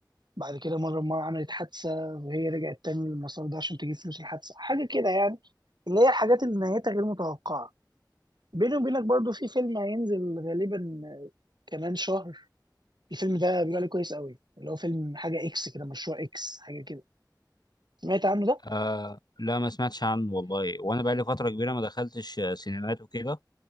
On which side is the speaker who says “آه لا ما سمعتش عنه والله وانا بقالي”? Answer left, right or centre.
Left